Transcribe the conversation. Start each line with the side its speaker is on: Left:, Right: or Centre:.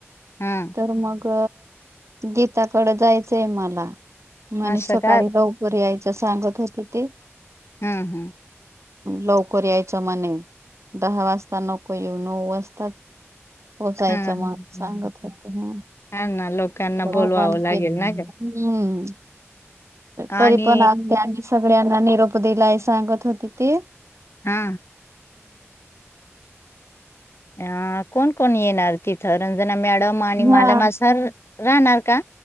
Left: हा
Right: तर मग गीताकड जायचंय मला. मला
Left: असं
Right: सकाळी
Left: का
Right: लवकर यायच सांगत होते ते.
Left: हा हा.
Right: लवकर यायचं म्हणे, दहा वाजता नको येऊ, नऊ वाजताच पोहचायचं
Left: हा हा
Right: म सांगत होते. हा.
Left: हा ना लोकांना
Right: आता
Left: बोलवावं
Right: म
Left: लागेल ना ग
Right: <unintelligible>
Left: आणि
Right: तरी पण आज त्यांनी सगळ्यांना निरोप दिलाय सांगत होते ते.
Left: हा. आ कोण कोण येणार तिथं? रंजना मॅडम आणि मालमा
Right: हा
Left: सर राहणार. का